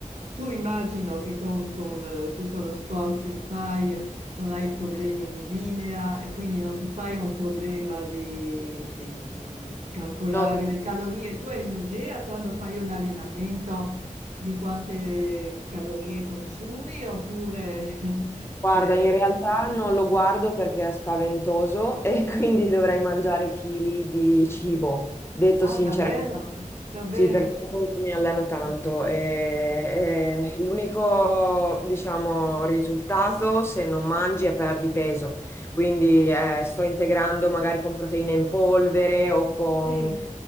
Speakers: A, on the right; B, on the left.
A: tu immagino che con, con, eh, tutto lo sport che fai eh, non hai problemi di linea e quindi non ti fai un problema di, di- di calcolare
B: No, di-
A: le calorie. Tu hai un'idea quando fai un allenamento di quante calorie consumi oppure... <laughs>
B: Guarda,
A: eh,
B: in realtà non lo guardo perché è spaventoso e <laughs> quindi dovrei mangiare chili di cibo, detto
A: ah,
B: sinceramente.
A: davvero? Davvero?
B: Sì, perché comunque mi alleno tanto
A: Sì,
B: e, e l'unico, diciamo, risultato se non mangi è perdi peso. Quindi eh, sto integrando magari con proteine in polvere o con
A: sì.